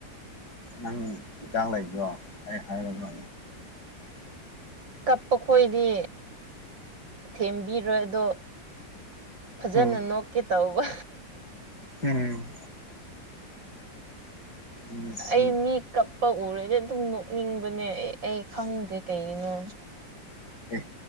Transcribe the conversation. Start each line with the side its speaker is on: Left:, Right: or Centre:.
Left: ꯅꯪ ꯍꯤꯗꯥꯛ ꯂꯩꯕ꯭ꯔꯣ ꯑꯩ ꯍꯥꯏꯔꯒ
Right: ꯆꯞꯄ <unintelligible> ꯈꯣꯏꯗꯤ ꯊꯦꯝꯕꯤꯔꯣꯏ ꯑꯗꯣ ꯐꯖꯅ
Left: ꯎꯝ
Right: ꯅꯣꯛꯀꯦ ꯇꯧꯕ
Left: ꯎꯝ ꯉꯁꯤ
Right: ꯑꯩ ꯃꯤ ꯀꯞꯄ ꯎꯔꯗꯤ ꯑꯗꯨꯝ ꯅꯣꯛꯅꯤꯡꯕꯅꯦ ꯑꯩ ꯑꯩ ꯈꯪꯗꯦ ꯀꯩꯒꯤꯅꯣ
Left: ꯑꯦ